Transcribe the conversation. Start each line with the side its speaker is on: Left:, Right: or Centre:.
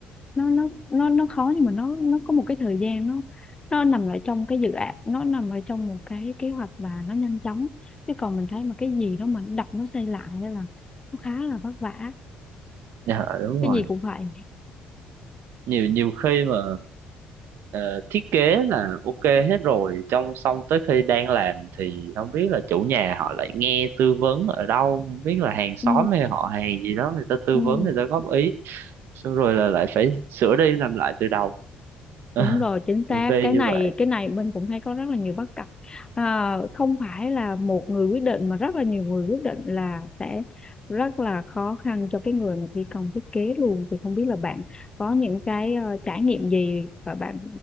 Left: nó nó nó nó khó nhưng mà nó nó có một cái thời gian nó nó nằm ở trong cái dự án nó nằm ở trong một cái kế hoạch và nó nhanh chóng chứ còn mình thấy mà cái gì đó mà đập nó xây lại á là nó khá là vất vả
Right: dạ đúng
Left: cái
Right: rồi
Left: gì cũng vậy
Right: nhiều nhiều khi mà ờ, thiết kế là ok hết rồi trong xong tới khi đang làm thì không biết là chủ nhà họ lại nghe tư vấn ở đâu không biết là hàng xóm
Left: ừ,
Right: hay họ hàng gì đó người ta tư
Left: ừ.
Right: vấn người ta góp ý xong rồi là lại phải sửa đi làm lại từ đầu <laughs>
Left: đúng rồi chính
Right: nhiều
Left: xác
Right: khi
Left: cái này
Right: như vậy
Left: cái này mình cũng thấy có rất là nhiều bất cập à, không phải là một người quyết định mà rất là nhiều người quyết định là sẽ rất là khó khăn cho cái người mà thi công thiết kế luôn thì không biết là bạn có những cái ờ, trải nghiệm gì và bạn